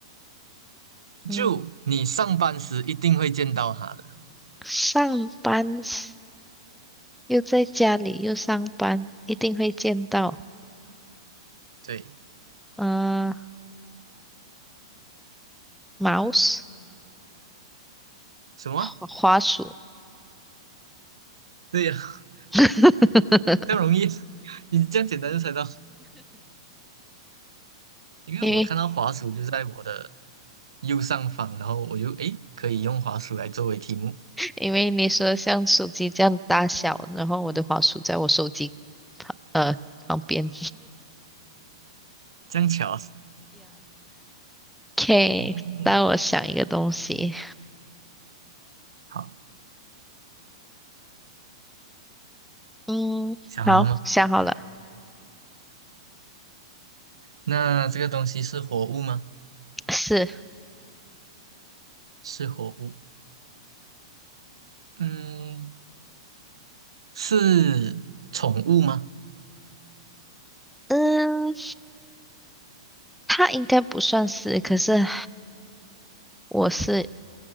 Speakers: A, in the centre; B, on the right.
A: 嗯，
B: 就你上班时一定会见到它的。
A: 上班时又在家里又上班，一定会见到。
B: 对，
A: 嗯、呃，mouse
B: 什么？
A: 花花鼠，
B: 对呀，
A: <laughs>
B: <laughs> 这样容易，<laughs> 你这样简单就猜到。因为我看到滑鼠就在我的
A: 因为
B: 右上方，然后我就诶可以用滑鼠来作为题目，
A: 因为你说像手机这样大小，然后我的花鼠在我手机呃旁边。
B: 这样巧啊。
A: Yeah，OK，
B: 哦，
A: 让我想一个东西。
B: 好，
A: 嗯，
B: 想好了吗？
A: 好，想好了，
B: 那这个东西是活物吗？
A: 是，
B: 是活物。嗯，是宠物吗？
A: 嗯，它应该不算是，可是我是